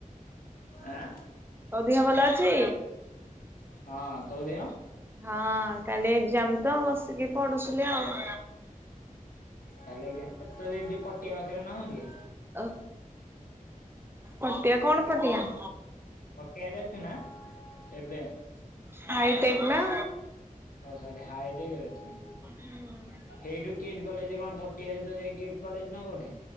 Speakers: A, on the left; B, on the right.
A: ଆଁ
B: ତୋ ଦିହ ଭଲ ଅଛି?
A: ହଁ ତୋ ଦେହ?
B: ହଁ କାଲି ଏଜାମ ତ ବସିକି ପଢୁଥିଲି ଆଉ।
A: <unintelligible> ପଟିଆ ପାଖରେ ନାଁ କି?
B: ଅ ପଟିଆ କଣ ପଟିଆ?
A: ପଟିଆରେ ଅଛୁ ନା ଏବେ?
B: ହାଇଟେକ୍ ନା।
A: ଓ ସରି ହାଇଟେକ୍ ରେ ଅଛି।
B: ହୁଁ।
A: ଏଇଠୁ କିଟ୍ କଲେଜ କଣ ପଟିଆରେ ଯୋଉ ଯାଇକି କିଟ୍ କଲେଜ ନା କୋଉଠି?